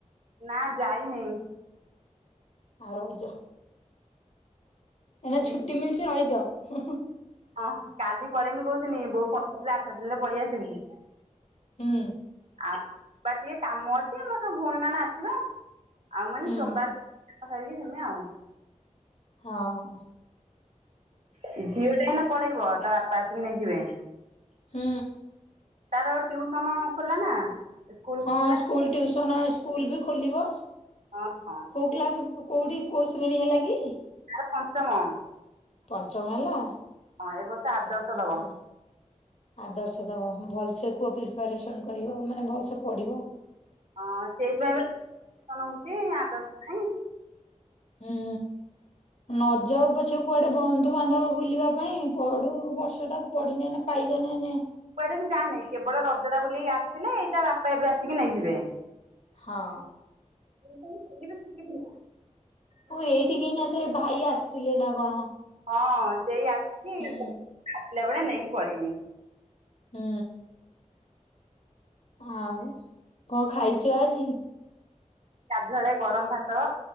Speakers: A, on the right; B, on the left.
A: ନା ଯାଇନେଇ।
B: ଆ ରହିଯା ଏଇନା
A: ଝିଅ
B: ଛୁଟି ମିଳିଚି ରହିଯାଅ। ହୁଁ ହୁଁ
A: ହଁ କାଲି ପଳେଇମି କହୁଥିନି ବୋଉ ଫୋନ କରିଥିଲେ ଆଠ ଦିନରେ ପଳେଇ ଆସିବୁ।
B: ହୁଁ।
A: ଆଉ ବା ଟିକେ କାମ ଅଛି। ଆମ ସବୁ ଭଉଣୀ ମାନେ ଆସିବେ ଆଉ ମାନେ
B: ହୁଁ
A: ସୋମବାର <unintelligible> ସାରିକି ଯିମିଁ ଆଉ।
B: ହଁ।
A: ହୁଁ ଝିଅ ଟା ଏଇନା ପଳେଇବ ତା ବାପା ଆସିକି ନେଇଯିବେ।
B: ହୁଁ।
A: ତାର ଟିଉସନ ଖୋଲା ନା। ସ୍କୁଲ
B: ହଁ
A: ଖୋଲିଲା
B: ସ୍କୁଲଟିଉସନ ସ୍କୁଲ ବି ଖୋଲିବ
A: ହଁ ହଁ
B: କୋଉ
A: ସିଏ
B: କ୍ଲାସ? କୋଉଠି କୋଉ ଶ୍ରେଣୀ ହେଲା କି?
A: ତାର ପଞ୍ଚମ
B: ପଞ୍ଚମ ହେଲା
A: ହଁ ଏ ବର୍ଷ ଆଦର୍ଶ ଦବ।
B: ହଁ ଆଦର୍ଶ ଦବ ଭଲସେ କୁହ ପ୍ରିପାରେସନ୍ କରିବ ମାନେ ଭଲସେ ପଢ଼ିବ।
A: ହଁ ସେଇଥିପାଇଁ ପରା ଟିଉସନ୍ ହୋଉଚି ଆଦର୍ଶ ପାଇଁ।।
B: ହୁଁ ନ ଯାଉ ପଛେ କୁଆଡେ ବନ୍ଧୁବାନ୍ଧବ ବୁଲିବା ପାଇଁ ପାଢୁ ଏବର୍ଷ ଟା ପଢିନେ ନେ ପାଇବ ନେ ନେ।
A: କୁଆଡେ ବି ଯାଏ ନାଇଁ କେବଳ ରଜଟା ବୋଲି ଆସିଥିଲେ ଏଇ ତା ବାପା ଏବେ ଆସିକି ନେଇଯିବେ।
B: ହଁ।
A: ମୁଁ କହିଲି କାଲି ବି ଛୁଟି ଥିଲା।
B: ମୁଁ ଏଇଠି କି ନା ସେ ଭାଇ ଆସିଥିଲେ ନା କଣ।
A: ହଁ ସେଇ ଆସିକି
B: ହୁଁ
A: ଆସିଲା ବେଳେ ନେଇକି ପଢମି।
B: ହୁଁ। ଆଉ କଣ ଖାଇଛ ଆଜି?
A: ଗାଧୁଆଳେ ଗରମ ଭାତ,